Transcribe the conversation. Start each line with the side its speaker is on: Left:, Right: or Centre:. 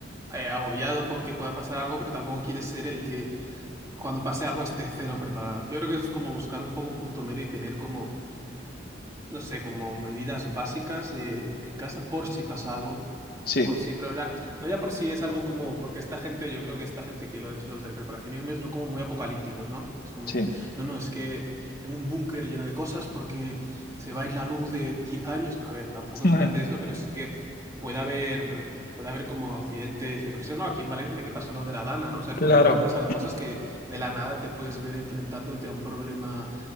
Right: eh, agobiado porque pueda pasar algo, pero tampoco quieres ser el que cuando pase algo esté cero preparado. Yo creo que es como buscar un poco un punto medio y tener como no sé, como medidas básicas eh, en casa por si pasa algo.
Left: Sí,
Right: Por si, pero ya- no ya por si es algo como, porque esta gente, yo creo que esta gente que los, los del preparacionismo son como muy apocalípticos, ¿no? Es como,
Left: sí.
Right: no, no, es que tengo un búnker lleno de cosas porque se va a ir la luz de 10 años. No, a ver, tampoco es
Left: <laughs>
Right: plan de eso, pero sí que puede haber, puede haber como accidentes, yo qué sé, ¿no? Aquí en Valencia que pasó lo de la Dana, ¿no? O sea,
Left: Claro,
Right: como que pueden pasar cosas que de la nada te puedes ver enfrentándote a un problema